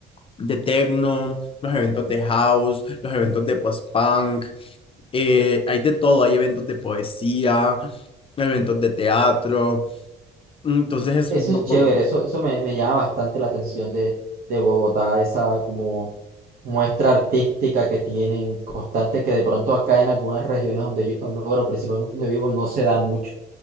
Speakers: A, on the left (about 35°); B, on the right (about 60°).
A: de techno, los eventos de house, los eventos de post-punk, eh, hay de todo, hay eventos de poesía, eventos de teatro, entonces es,
B: Eso
A: un
B: es
A: poco-
B: chévere, eso, eso me, me llama bastante la atención de, de Bogotá, esa como muestra artística que tienen constante, que de pronto acá en algunas regiones donde yo, donde, bueno, principalmente donde vivo, no se da mucho.